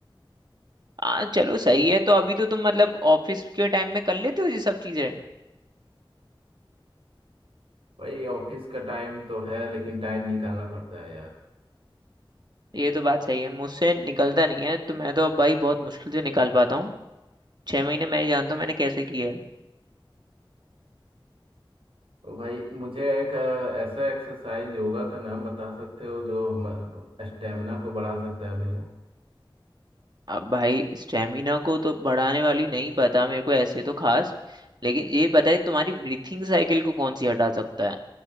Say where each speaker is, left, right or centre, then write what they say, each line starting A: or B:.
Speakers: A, on the right; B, on the right.
A: आ चलो सही है तो अभी तो तुम मतलब ऑफिस के टाइम में कर लेते हो ये सब चीजें
B: भाई ऑफिस का टाइम तो है लेकिन टाइम निकालना पड़ता है यार
A: ये तो बात सही है मुझसे निकलता नहीं है तो मैं तो अब भाई बहुत मुश्किल से निकाल पाता हूँ छह महीने मैं जानता हूँ मैंने कैसे किया है
B: तो भाई मुझे एक अ, ऐसा एक्सरसाइज योगा का नाम बता सकते हो जो स्टेमिना को बढ़ा सकता है मेरा
A: अब भाई स्टेमिना को तो बढ़ाने वाली नहीं पता मेरे को ऐसे तो खास लेकिन ये पता है तुम्हारी ब्रीथिंग साइकिल को कौन सी हटा सकता है